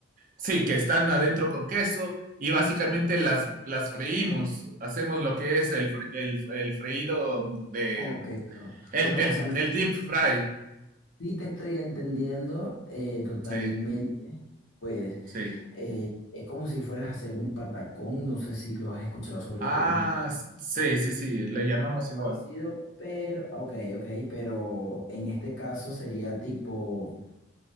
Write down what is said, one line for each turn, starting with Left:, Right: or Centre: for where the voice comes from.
Right: Sí, que están adentro con queso y básicamente las, las freímos. Hacemos lo que es el, fre- el, el freído de...
Left: Ok, bro.
Right: El,
Left: Bueno,
Right: el,
Left: o sea, me
Right: el deep fry.
Left: Sí, te estoy entendiendo eh, totalmente.
Right: Sí,
Left: Pues
Right: sí.
Left: eh, es como si fueras a hacer un patacón. No sé si lo has escuchado sobre
Right: Ah,
Left: tu, en tu país.
Right: sí, sí, sí. Le llamamos
Left: Es algo
Right: igual
Left: parecido, pero, ok, ok, pero en este caso sería tipo,